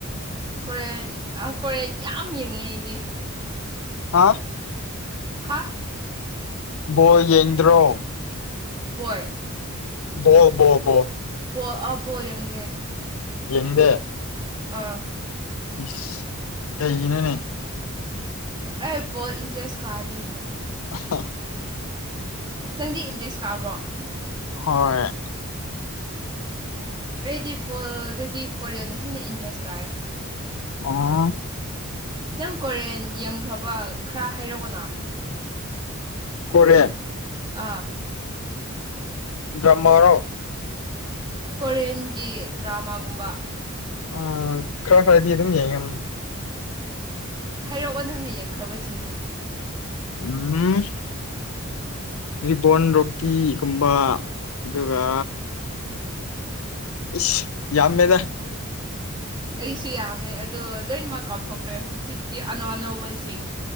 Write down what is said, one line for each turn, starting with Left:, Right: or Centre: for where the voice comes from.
Right: ꯀꯣꯔꯦꯟ ꯀꯣꯔꯦꯟ ꯌꯥꯝ ꯌꯦꯡꯉꯤ ꯑꯩꯗꯤ
Left: ꯍꯥ
Right: ꯍꯥꯥ
Left: ꯕꯣꯟ ꯌꯦꯡꯗ꯭ꯔꯣ
Right: ꯍꯧꯏ
Left: <unintelligible>
Right: ꯕꯣ ꯑꯕꯣ ꯌꯦꯡꯗꯦ
Left: ꯌꯦꯡꯗꯦ
Right: ꯑꯥ
Left: ꯏꯁ ꯀꯩꯒꯤꯅꯣꯅꯦ
Right: ꯑꯩ ꯖꯣꯜ ꯏꯟꯇ꯭ꯔꯦꯁ ꯀꯥꯗꯦ
Left: <unintelligible>
Right: ꯅꯪꯗꯤ ꯏꯟꯇ꯭ꯔꯦꯁ ꯀꯥꯕ꯭ꯔꯣ
Left: ꯍꯣꯏ
Right: ꯑꯩꯗꯤ ꯕꯣꯜꯗꯩꯗꯤ ꯀꯣꯔꯤꯌꯥꯅ ꯍꯦꯟꯅ ꯏꯟꯇꯔꯦꯁ ꯀꯥꯏ
Left: ꯑꯣ
Right: ꯅꯪ ꯀꯣꯔꯦꯟ ꯌꯦꯡꯈ꯭ꯔꯕꯣ ꯈꯔ ꯍꯥꯏꯔꯛꯑꯣꯅ
Left: ꯀꯣꯔꯦꯟ
Right: ꯑꯥ
Left: ꯗ꯭ꯔꯃꯥ ꯔꯣ
Right: ꯀꯣꯔꯤꯌꯟꯒꯤ ꯗ꯭ꯔꯥꯃꯥꯒꯨꯝꯕ
Left: ꯑꯥ ꯈꯔ ꯈꯔꯗꯤ ꯑꯗꯨꯝ ꯌꯦꯡꯉꯦ
Right: ꯍꯥꯏꯔꯛꯑꯣ ꯅꯪꯅ ꯌꯦꯡꯈ꯭ꯔꯕꯁꯤꯡꯗꯨ
Left: ꯎꯝ ꯔꯤꯕꯣꯟ ꯔꯣꯛꯀꯤꯒꯨꯝꯕ ꯑꯗꯨꯒ ꯏꯁ ꯌꯥꯝꯃꯦꯗ
Right: ꯑꯩꯁꯨ ꯌꯥꯝꯃꯦ ꯑꯗꯣ ꯂꯣꯏꯅꯃꯛ ꯀꯥꯎꯊꯣꯛꯈ꯭ꯔꯦ ꯍꯧꯖꯤꯛꯇꯤ ꯑꯅꯧ ꯑꯅꯧꯕꯁꯤ